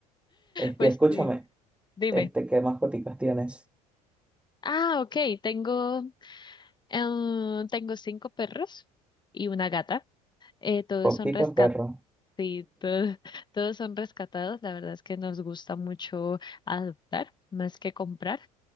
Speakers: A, in the centre; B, on the left.
A: Este,
B: Pues
A: escúchame,
B: sí, dime.
A: este, ¿qué mascoticas tienes?
B: Ah, ok, tengo, em, tengo cinco perros y una gata. Eh, todos
A: Poquitos
B: son rescatados,
A: perros.
B: todos, todos son rescatados. La verdad es que nos gusta mucho adoptar más que comprar.